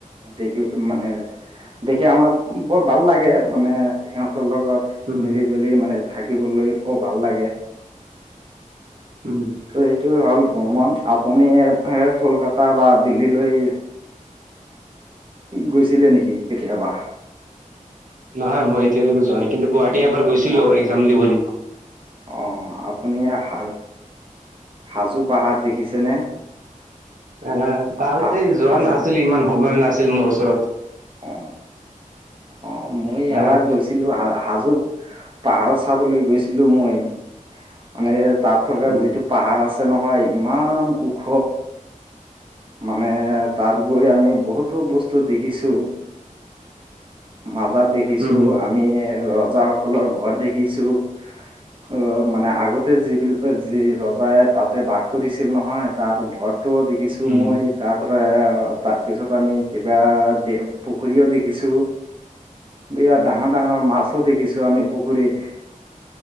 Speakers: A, on the right (about 40°); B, on the right (about 70°).
A: দেখি মানে দেখি আমাৰ বৰ ভাল লাগে মানে সিহঁতৰ লগত
B: উম
A: মিলি জুলি মানে থাকিবলৈ অ ভাল লাগে
B: উম
A: ত এইটো হ'ল ভ্ৰমন আপুনি কলকাতা বা দিল্লীলৈ গৈছিলে নেকি কেতিয়াবা
B: নহয় মই এতিয়ালৈকে যোৱা নাই কিন্তু গুৱাহাটী এবাৰ গৈছিলো
A: অ
B: এক্সাম দিবলৈ
A: অ আপুনি শাক হাজো পাহাৰ দেখিছেনে
B: এ তালে
A: হা
B: যোৱা
A: হাজো
B: নাছিলি, ইমান সময় নাছিল মোৰ ওচৰত।
A: অ অ মই
B: আহ
A: এবাৰ গৈছিলো হাজ পাহাৰত চাবলৈ গৈছিলো মই। মানে তাত থকা
B: উম
A: যিটো পাহাৰ আছে নহয় ইমান ওখ। মানে তাত গৈ আমি বহুতো বস্তু দেখিছো। মাজাৰ দেখিছো
B: উম উম,
A: আমি ৰজাসকলৰ ঘৰ দেখিছো। অ মানে আগতে যিবিলাক যি ৰজাই তাতে বাঘটো দিছিল নহয় তাৰ ঘৰত ফটো দেখিছো
B: উম,
A: মই তাৰ পৰা তাৰপিছত আমি কিবা পুখুৰীও দেখিছো। বিয়া ডাঙৰ ডাঙৰ মাছো দেখিছো আমি পুখুৰীত।